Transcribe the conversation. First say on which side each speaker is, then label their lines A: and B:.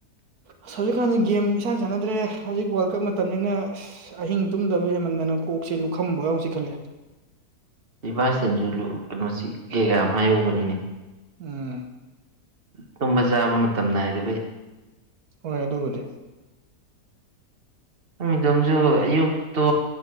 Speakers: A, on the right (about 70°); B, on the right (about 40°).
A: ꯑꯁ ꯍꯧꯖꯤꯛꯀꯥꯟꯗꯤ ꯒꯦꯝ ꯏꯁꯥꯟ ꯁꯥꯟꯅꯗ꯭ꯔꯦ ꯍꯧꯖꯤꯛ ꯋꯥꯔꯜ ꯀꯞ ꯃꯇꯝꯅꯤꯅ ꯑꯁ ꯑꯁ ꯑꯍꯤꯡ ꯇꯨꯝꯗꯕ ꯍꯦꯟꯃꯟꯗꯅ ꯀꯣꯛꯁꯦ ꯂꯨꯞꯈꯝꯕꯧ ꯌꯥꯎꯅ ꯆꯤꯛꯈꯠꯂꯛꯑꯦ
B: <unintelligible>
A: ꯎꯝ
B: ꯇꯨꯝꯕ ꯆꯥꯕ ꯃꯇꯝ ꯅꯥꯏ ꯗꯕꯩ
A: ꯍꯣꯏ ꯑꯗꯨꯕꯨꯗꯤ
B: ꯃꯤꯗꯣꯝꯁꯨ ꯑꯌꯨꯛꯇꯣ